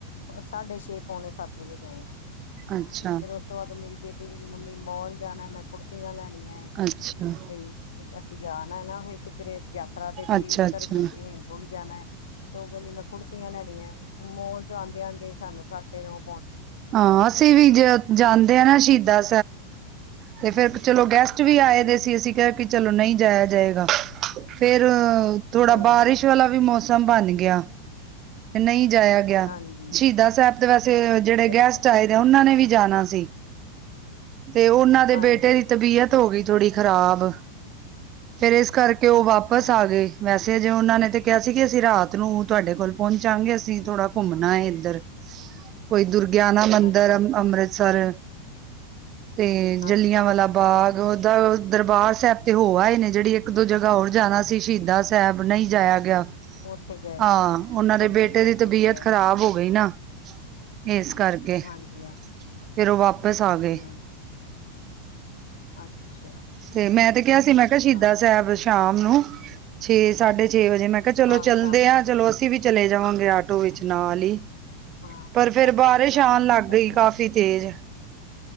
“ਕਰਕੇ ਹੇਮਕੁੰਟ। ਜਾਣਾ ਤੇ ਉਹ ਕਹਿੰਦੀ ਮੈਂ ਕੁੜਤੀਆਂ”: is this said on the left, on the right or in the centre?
Left